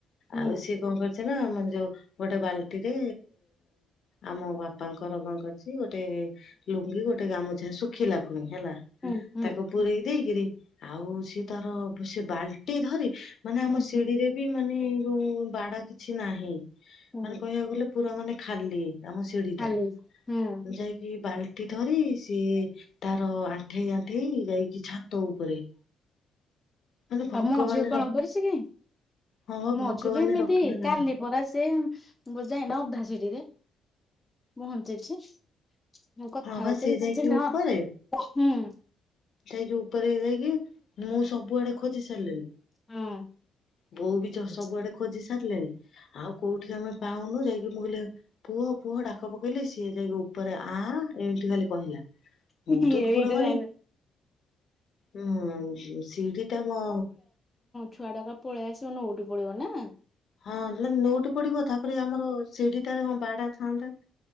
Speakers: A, on the left; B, on the left.
A: ହୁଁ
B: ଆଉ ସିଏ କଣ କର ଛି ନା ଆମ ଯୋଉ ଗୋଟେ ବାଲ୍ଟିରେ ଆମ ବାପାଙ୍କର କଣ କରିଛି ଗୋ ଗୋଟେ ଲୁଙ୍ଗି ଗୋଟେ ଗାମୁଛା ଶୁଖିଲା ପୁଣି ହେଲା।
A: ହୁଁ ହୁଁ।
B: ତାକୁ ପୁରେଇ ଦେଇକିରି ଆଉ ସିଏ ତାର ସେ ବାଲ୍ଟି ଧରି ମାନେ ଆମ
A: ହୁଁ
B: ସିଡିରେ ବି ମାନେ ଯୋଉ ବାଡା କିଛି ନାହିଁ ମାନେ
A: ହୁଁ
B: କହିବାକୁ ଗଲେ ପୁରା ମାନେ ଖାଲି ଆମ ଶିଢି
A: ଖାଲି
B: ଟା।
A: ହୁଁ।
B: ଯାଇକି ବାଲ୍ଟି ଧରି ସିଏ ତା ଆଣ୍ଠେଇ ଆଣ୍ଠେଇ ଯାଇକି ଛାତ ଉପରେ। ମାନେ ଭଗବାନ
A: ଆଉ ମୋ ଝିଅ କଣ
B: ରଖ
A: କରିଛି କି?
B: ହଁ
A: ମୋ
B: ଭଗବାନ
A: ଝିଅ ବି ଏମିତି
B: ରଖିଲା
A: ।
B: ଲେଖା
A: କାଲି ପରା ସେ ଯାଏନା ଅଧା ଶିଢିରେ। ପହଞ୍ଚିଛି ମୁଁ କଥା
B: ହଁ ବା
A: ହଉଥିଲି
B: ସିଏ ଯାଇକି
A: ଯେ ନାଁ
B: ଉପରେ
A: ହୁଁ।
B: ଯାଇକି ଉପରେ ଯାଇକି ମୁଁ ସବୁଆଡେ ଖୋଜି ସାରିଲିଣି।
A: ହଁ।
B: ବୋଉ ବି
A: ହଁ।
B: ସବୁଆଡେ ଖୋଜି ସାରିଲେଣି ଆଉ କୋଉଠି ଆମେ ପାଉନୁ, ଯାଇକି ମୁଁ କହିଲି ପୁଅ ପୁଅ ଡା ଡାକ ପକେଇଲି ସିଏ ଯାଇକି ଉପରେ ଆ ଏମିତି ଖାଲି କହିଲା ।
A: ଏଇଠି
B: ମୁଁ ତ ପୁରା ମାନେ
A: ଯାଇନ
B: ହୁଁ ଶିଢିଟା ମ
A: ଛୁଆଟା ପା ପଳେଇ ଆସିବ ନଉଟି ପଡିବ ନା।
B: ହଁ ମାନେ ନଉଟି ପଡିବ । ତାପରେ ଆମର ସିଡିଟାରେ ହଁ ବାଡା ଥାଆନ୍ତା।